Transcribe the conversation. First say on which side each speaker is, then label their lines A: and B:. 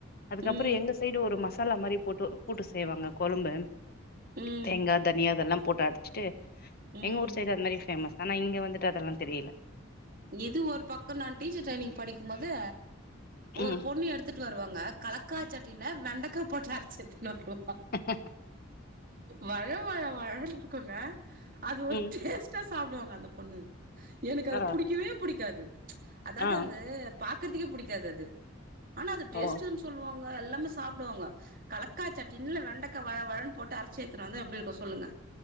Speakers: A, on the left (about 50°); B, on the right (about 45°).
A: அதுக்கப்புற
B: ம்
A: எங்க சைடு ஒரு மசாலா மாரி போட்டு கூட்டு செய்வாங்க கொழம்பு
B: ம்
A: தேங்கா தனியா இதெல்லா போட்டு அரச்சிட்டு
B: ம்
A: எங்க ஊர் சைடு அது மாதிரி ஃபேமஸ் ஆனா இங்க வந்துட்டு அதெல்லா தெரியல
B: இது ஒரு பக்க நா டீச்சர் ட்ரைனிங் படிக்கும் போது ஒரு
A: ம்
B: பொண்ணு எடுத்துட்டு வருவாங்க கலக்காச்சட் திண்ண வெண்டக்கா போட்டு அரச்சு எடுத்துன்னு வருவா
A: ஹ
B: வழ வழ வழன்னு இருக்குங்க அது ஒரு
A: ம்
B: டேஸ்ட்டா சாப்புடுவாங்க அந்த பொண்ணு எனக்கு அது
A: ஆ
B: புடிக்கவே புடிக்காது அதாவது
A: ஆ
B: அந்து பாக்றதுக்கே புடிக்காது அது ஆனா அது டேஸ்ட்
A: ஓ
B: சொல்லுவா எல்லாமே சாப்பிடுவாங்க கலக்காச்சட்னு வெண்டக்கா வழ வழன்னு போட்டு அரச்சியடுத்துட்டு வந்தா எப்டி இருக்கும் சொல்லுங்க